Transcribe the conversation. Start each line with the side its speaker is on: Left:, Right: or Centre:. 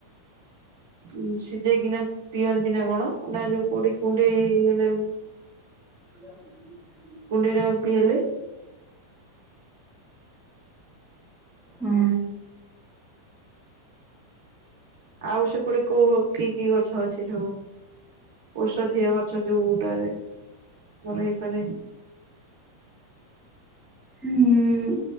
Right: <inaudible> ଉଁ ସିଜେଇକିନା ପିଅନ୍ତି ନା କଣ ନା ଯୋଉ କୋଉଠି କୁଣ୍ଡେଇ ହେଲେ
Centre: <inaudible>
Right: କୁଣ୍ଡେଇ ରାମ୍ପି ହେଲେ
Centre: ହୁଁ।
Right: ଆଉ ସେପଟେ କୋଉ କି କି ଗଛ ଅଛି ସବୁ? ଔଷଧୀୟ ଗଛ ଯୋଉଗୁଟାରେ ଭଲ ହେଇପାରେ।
Centre: ହୁଁ